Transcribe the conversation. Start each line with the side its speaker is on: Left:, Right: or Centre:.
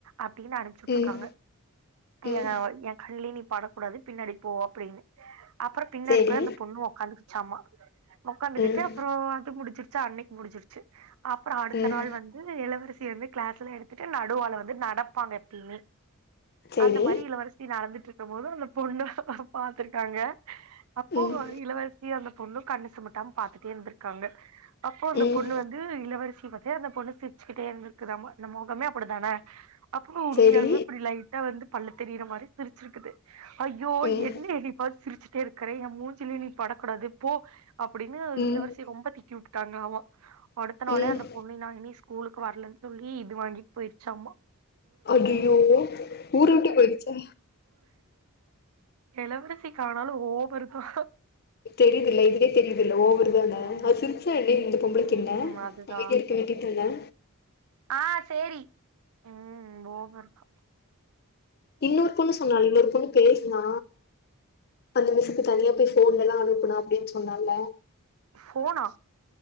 Right: அப்டின்னு அனுப்பிச்சு உட்ருக்காங்க.
Left: ம் ம்
Right: ஏன்னா என் கண்லயே நீ படக்கூடாது பின்னாடி போ அப்டின்னு அப்ப பின்னாடி
Left: செரி
Right: போய் அந்த பொண்ணு உக்காந்துக்கு ச்சாமா உக்காந்துக்கிட்டு
Left: ம்
Right: அப்றோ அது முடிஞ்சுரு ச்சா அன்னைக்கு முடிஞ்சிருச்சு. அப்றோ அடுத்த
Left: ம்
Right: நாள் வந்து இளவரசி வந்து கிளாஸ்லா எடுத்துட்டு நடுவால வந்து நடப்பாங்க எப்பயுமே.
Left: செரி
Right: அந்த மாரி இளவரசி நடந்துட் ருக்கும்போது அந்த பொண்ண அவங்க பாத்துருக்காங்க. அப்போ
Left: ம்
Right: இளவரசிய அந்த பொண்ணு கண்ணு சிமுட்டாம பாத்துட்டே இருந்திருக்காங்க. அப்போ அந்த
Left: ம்
Right: பொண்ணு வந்து இளவரசிய பாத்தே அந்த பொண்ணு சிரிச்சுக்கிட்டே இருந்திருக்குதாம்மா அந்த மொகமே அப்டிதானே அப்றோ உண்மையாலுமே
Left: செரி
Right: இப்டி லைட்டா வந்து பல்லு தெரியிற மாரி சிரிச்சிருக்குது. ஐயோ
Left: ம்
Right: என்ன என்னய பாத்து சிரிச்சு க்கற ஏன் மூஞ்சியிலயே நீ படக்கூடாது போ அப்டின்னு
Left: ம்
Right: இளவரசி ரொம்ப திட்டி உட் டாங்களாம்மா அடுத்த நாளே
Left: ம்
Right: அந்த பொண்ணு நா இனி ஸ் கூலுக்கு வரலன்னு சொல்லி இது வாங்கிட்டு போயிருச்சாமா.
Left: ஐயயோ ஊர விட்டே போயிடுச்சா?
Right: இளவரசிக்கு ஆனாலு ஓ வருதா
Left: தெரியுதில்ல இதுலயே தெரியு தில்ல ஒவர்தான?
Right: ம்
Left: அது சிரிச்சா என்ன இந்த பொம்பளைக்கென்ன
Right: ம் அதுதா
Left: அமைதியா இருக்க வேண்டியதான?
Right: ஆ சேரி ம் ஓவர்தா.
Left: இன்னொரு பொண்ணு சொன்னா இன்னொரு பொண்ணு பேசுனா அந்த மிஸ்ஸுக்கு தனியா போய் ஃபோன்லல்லா அனுப்புன அப்டினு சொன்னால்ல?
Right: ஃபோனா?